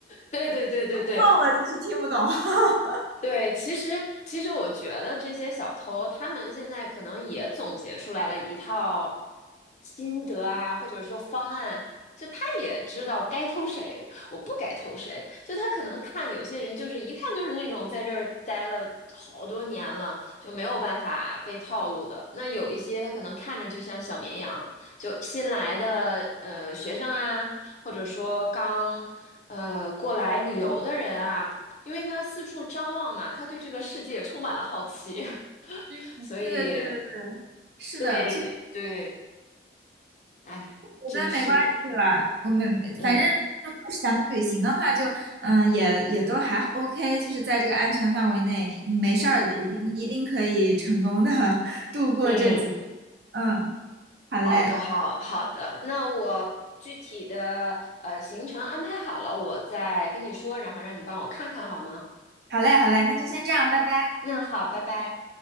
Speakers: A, on the left; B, on the right.
A: 对对对对对，
B: 问我就是听不懂。<laughs>
A: 对，其实其实我觉得这些小偷，他们现在可能也总结出来了一套，心得啊，或者说方案，就他也知道该投谁，我不该投谁。就他可能看有些人，就是一看就是那种在这儿待了好多年了，就没有办法被套路的。那有一些他可能看着就像小绵羊，就新来的呃学生啊，或者说刚呃过来旅游的人啊，因为他四处张望嘛，他对这个世界充满了好奇，<laughs>
B: 嗯对对对对对，
A: 所以
B: 是的，
A: 对对，哎。
B: 觉得没关系啦，
A: 真是，
B: 我们反正如果是咱们旅行的话就，
A: 嗯
B: 嗯，也也都还 OK，就是在这个安全范围内，嗯没事儿的，一定一定可以成功的 <laughs> 度过这几天
A: 嗯，
B: 嗯，好嘞，
A: 好的，好好的。那我具体的呃行程安排好了，我再跟你说，然后让你帮我看看好吗？
B: 好嘞，好嘞，那就先这样，拜拜。
A: 那好，拜拜。